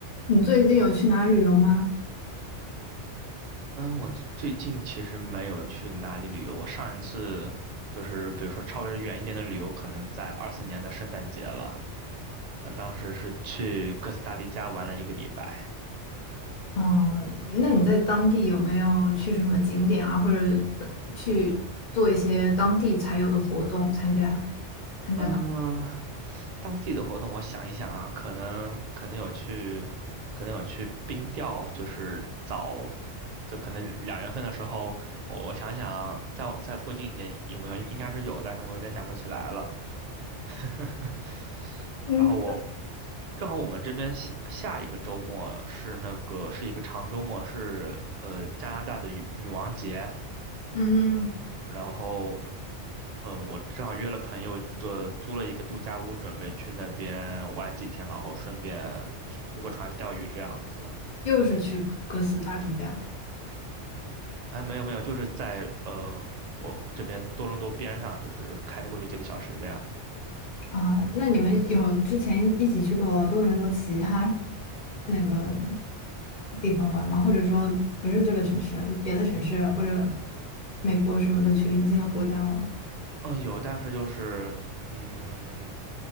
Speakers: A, on the left; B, on the right.
A: 你最近有去哪旅游吗？
B: 嗯，我最最近其实没有去哪里旅游。我上一次就是，比如说稍微远一点的旅游，可能在二四年的圣诞节了。嗯，当时是去哥斯达黎加玩了一个礼拜。
A: 哦，那你在当地有没有去什么景点啊，或者的去做一些当地才有的活动，参加参加当？
B: 嗯，当地的活动，我想一想啊，可能可能有去，可能有去冰钓，就是早，就可能两月份的时候，我我想想啊，在在附近一点有没有，应该是有，但是我有点想不起来了。<laughs>
A: 嗯，
B: 然后我正好我们这边下下一个周末是那个是一个长周末，是呃加拿大的女女王节，
A: 嗯，
B: 然后呃我正好约了朋友做租了一个度假屋，准备去那边玩几天，然后顺便租租个船钓鱼这样子。
A: 又是去哥斯达黎加
B: 哎，没有没有，就是在呃我这边多伦多边上，就是开车过去几个小时这样。
A: 啊？那你们有之前一起去过多伦多其他那个地方玩吗？或者说不是这个城市，别的城市或者美国什么的去邻近的国家玩？
B: 嗯、呃有，但是就是嗯，